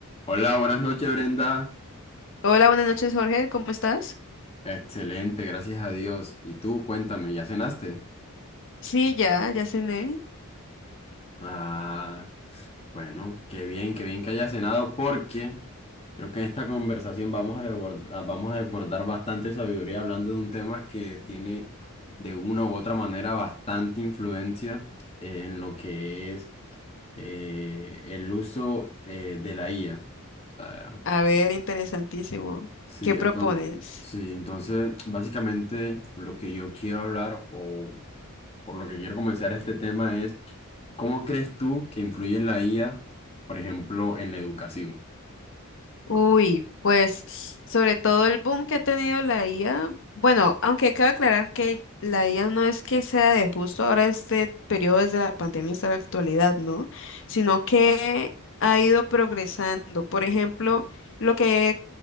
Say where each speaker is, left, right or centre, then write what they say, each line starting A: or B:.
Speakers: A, on the left; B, on the left.
A: Hola, buenas noches, Brenda.
B: Hola, buenas noches, Jorge. ¿Cómo estás?
A: Excelente, gracias a Dios. Y tú, cuéntame, ¿ya cenaste?
B: Sí, ya, ya cené.
A: Ah, bueno, qué bien, qué bien que hayas cenado porque creo que en esta conversación vamos a desbordar, vamos a desbordar bastante sabiduría hablando de un tema que tiene de una u otra manera bastante influencia en lo que es eh, el uso eh, de la IA. O sea,
B: A ver, interesantísimo.
A: Sí,
B: ¿Qué
A: entonces,
B: propones?
A: sí, entonces, básicamente lo que yo quiero hablar o por lo que quiero comenzar este tema es, ¿cómo crees tú que influye en la IA, por ejemplo, en la educación?
B: Uy, pues sobre todo el boom que ha tenido la IA, bueno, aunque cabe aclarar que la IA no es que sea de justo ahora este periodo desde la pandemia hasta la actualidad, ¿no? Sino que ha ido progresando. Por ejemplo, lo que he